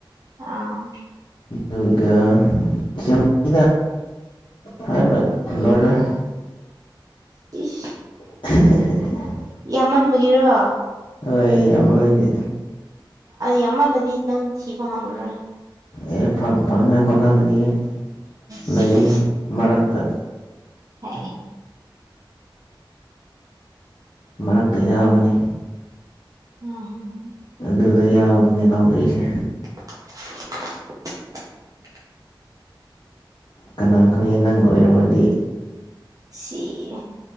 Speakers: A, on the right (about 45°); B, on the left (about 70°).
A: ꯑꯥ
B: ꯑꯗꯨꯒ ꯌꯥꯝ ꯊꯤꯅꯥ ꯍꯥꯏꯕ ꯂꯣꯏꯔꯣꯏ
A: ꯏꯁ
B: ꯍꯤꯍꯦꯍꯦ
A: ꯌꯥꯝꯃꯟꯕꯒꯤꯔꯣ
B: ꯍ ꯑꯩ ꯌꯥꯝ ꯋꯥꯅꯤꯡꯒꯤ
A: ꯌꯥꯝꯃꯜꯂꯗꯤ ꯅꯪ ꯊꯤꯕꯥ ꯉꯝꯂꯔꯣꯏ
B: ꯑꯦ ꯐꯪ ꯐꯪꯅꯥ ꯍꯣꯠꯅꯒꯅꯤꯌꯦ
A: ꯁꯤ
B: ꯂꯩꯒꯅꯤ ꯃꯔꯛꯇ
A: ꯍꯥꯏ
B: ꯃꯔꯛꯇ ꯌꯥꯎꯒꯅꯤ
A: ꯑꯝ ꯍꯝ
B: ꯑꯗꯨꯗ ꯌꯥꯎꯗꯅꯦ ꯂꯧꯗꯣꯏꯁꯦ
A: <inaudible>
B: ꯀꯅꯥ ꯈꯪꯉꯤ ꯅꯪꯒ ꯑꯣꯏꯔꯝꯃꯗꯤ
A: ꯁꯤ